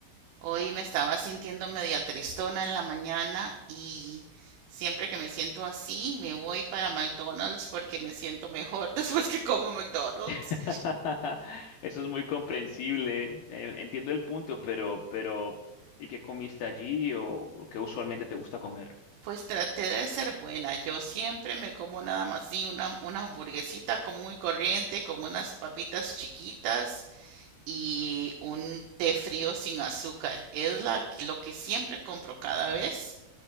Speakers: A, on the right; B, on the left.
A: hoy me estaba sintiendo media tristona en la mañana y siempre que me siento así me voy para McDonald's porque me siento mejor <laughs> después que como McDonald's.
B: <laughs> Eso es muy comprensible. Eh, Entiendo el punto, pero, pero, ¿y qué comiste allí o, o qué usualmente te gusta comer?
A: Pues traté de ser buena, yo siempre me como nada más así una, una hamburguesita común y corriente con unas papitas chiquitas y un té frío sin azúcar. Es la, lo que siempre compro cada vez.